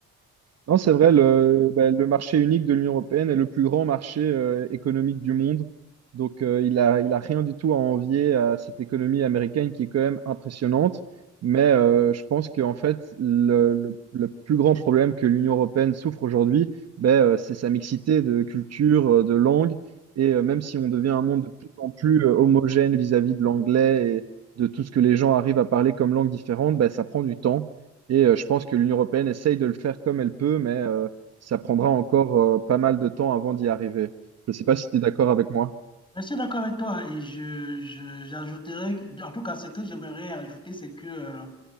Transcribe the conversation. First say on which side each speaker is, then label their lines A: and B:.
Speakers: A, on the right (about 55°); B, on the left (about 15°).
A: Non, c'est vrai, le, bah, le marché unique de l'Union européenne est le plus grand marché euh, économique du monde. Donc, euh, il a, il a rien du tout à envier à cette économie américaine qui est quand même impressionnante. Mais euh, je pense qu'en fait, le, le- le plus grand problème que l'Union européenne souffre aujourd'hui, bah, euh, c'est sa mixité de culture, euh, de langue. Et euh, même si on devient un monde de plus en plus euh, homogène vis-à-vis de l'anglais et de tout ce que les gens arrivent à parler comme langue différente, bah, ça prend du temps. Et euh, je pense que l'Union européenne essaye de le faire comme elle peut, mais euh, ça prendra encore euh, pas mal de temps avant d'y arriver. Je ne sais pas si tu es d'accord avec moi.
B: Je suis d'accord avec toi et je, je, j'ajouterais, en tout cas, ce que j'aimerais ajouter, c'est que euh,